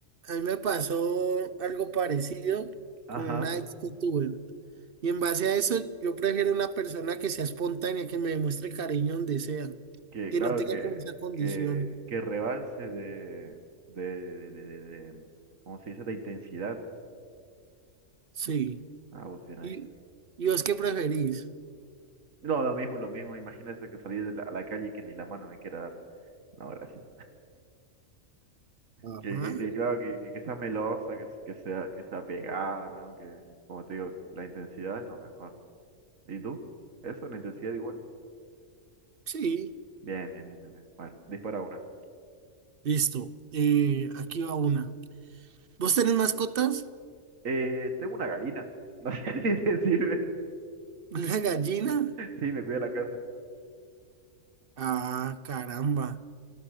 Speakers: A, on the right (about 50°); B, on the right (about 85°).
A: a mí me pasó algo parecido
B: Ajá,
A: con una ex que tuve. Y en base a eso, yo prefiero una persona que sea espontánea, que me demuestre cariño donde sea,
B: que
A: que
B: claro
A: no tenga
B: que,
A: como esa condición.
B: que, que rebalse de, de, de, de, de- de- ¿cómo se dice? De intensidad.
A: Sí.
B: Ah, vos bien ahí.
A: ¿Y, y vos qué preferís?
B: No, lo mismo, lo mismo. Imagínese que salir de la- a la calle y que ni la mano me quiera dar. No, gracias.
A: Ajá.
B: Que, que, que claro, que, que, que sea melosa, que, que sea, que sea pegada, ¿no? Que, como te digo, la intensidad es lo mejor. ¿Y tú? ¿Eso? ¿La intensidad igual?
A: Sí.
B: Bien, bien, bien, bien, bien. Bueno, dispara una.
A: Listo. Eh, aquí va una. ¿Vos tenés mascotas?
B: Eh, tengo una gallina. No sé <laughs> si te sirve.
A: <laughs> ¿Una gallina?
B: Sí, me cuida la casa.
A: Ah, caramba.